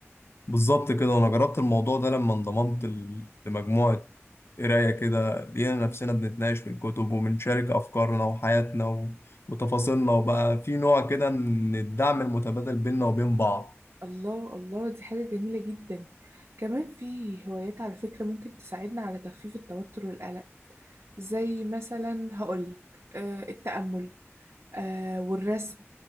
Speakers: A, on the left (about 55°); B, on the right (about 60°).
A: بالظبط كده وانا جربت الموضوع ده لما انضممت ل- لمجموعة قراية كده لقينا نفسنا بنتناقش في الكتب وبنشارك أفكارنا وحياتنا و... وتفاصيلنا وبقى في نوع كده من الدعم المتبادل بيننا وبين بعض
B: الله الله دي حاجة جميلة جدا كمان في هوايات على فكرة ممكن تساعدنا على تخفيف التوتر والقلق زي مثلا هقولك آه التأمل آه والرسم